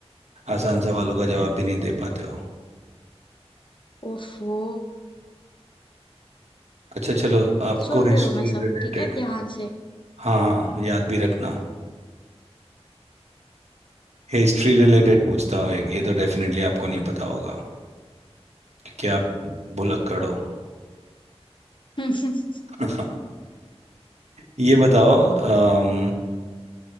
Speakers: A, on the right; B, on the left.
A: आसान सवालों का जवाब भी नहीं दे पाते हो
B: ओफो
A: अच्छा चलो आपको
B: सुन
A: हिस्ट्री
B: रहे हो मैं सब
A: रिलेटेड
B: ठीक है ध्यान से
A: हाँ हाँ याद भी रखना हिस्ट्री रिलेटेड पूछता हूँ एक ये तो डेफिनेटली आपको नहीं पता होगा क्योंकि आप भुलक्कड़ हो
B: <laughs>
A: <laughs> ये बताओ अम,